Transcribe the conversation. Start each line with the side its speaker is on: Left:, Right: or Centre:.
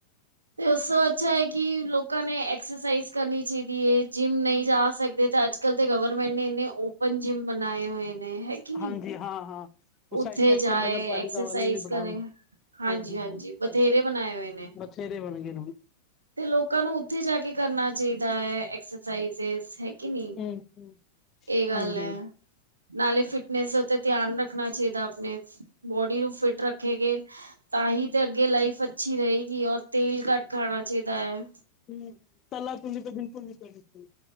Right: ਤੇ ਓਸ ਤੋਂ ਅੱਛਾ ਐ ਕਿ ਲੋਕਾਂ ਨੇ ਐਕਸਰਸਾਈਜ਼ ਕਰਨੀ ਚਾਈਦੀ ਏ। ਜਿੰਮ
Left: ਹੂੰ
Right: ਨਈਂ ਜਾ ਸਕਦੇ ਤੇ ਅੱਜ ਕਲ ਤੇ ਗਵਰਮੈਂਟ ਨੇ ਇੰਨੇ ਓਪਨ ਜਿੰਮ ਬਣਾਏ ਹੋਏ ਨੇ ਹੈ ਕਿ ਨਈਂ,
Left: ਹਾਂਜੀ ਹਾਂ ਹਾਂ ਉਹ
Right: ਓਥੇ
Left: ਸਾਈਡ ਸਾਈਡ
Right: ਜਾ
Left: ਤੇ ਨਗਰ
Right: ਆਏ
Left: ਪਾਲਿਕਾ
Right: ਐਕਸਰਸਾਈਜ਼
Left: ਵਾਲੇ ਨੇ
Right: ਕਰੇ
Left: ਬਣਾ
Right: ਆਏ, ਹਾਂਜੀ-ਹਾਂਜੀ।
Left: ਹਾਂਜੀ
Right: ਬਥੇਰੇ
Left: ਹਾਂਜੀ
Right: ਬਣਾਏ ਹੋਏ ਨੇ।
Left: ਬਥੇਰੇ ਬਣ ਗਏ ਨੇ
Right: ਤੇ ਲੋਕਾਂ ਨੂੰ ਓਥੇ ਜਾ ਕੇ ਕਰਨਾ ਚਾਈਦਾ ਐ ਐਕਸਰਸਾਈਜ਼ ਹੈ ਕਿ ਨਈਂ,
Left: ਹੁਣ ਹੂੰ
Right: ਏ ਗੱਲ
Left: ਹਾਂਜੀ
Right: ਐ ਨਾਲੇ ਫਿਟਨਸ ਓਥੇ ਧਿਆਨ ਰੱਖਣਾ ਚਾਈਦੈ ਆਪਣੇ, ਬੋਡੀ ਨੂੰ ਫਿਟ ਰੱਖੇ ਗੇ, ਤਾਂ ਹੀ ਤੇ ਅੱਗੇ ਲਾਈਫ ਅੱਛੀ ਰਹੇਗੀ, ਔਰ ਤੇਲ ਘੱਟ ਖਾਣਾ ਚਾਹੀਦਾ ਹੈ।
Left: ਹਮ, ਤਲਾ ਤਲੀ ਤੇ ਬਿਲਕੁਲ ਨਹੀਂ ਕਰਨੀ ਚਾਹੀਦੀ।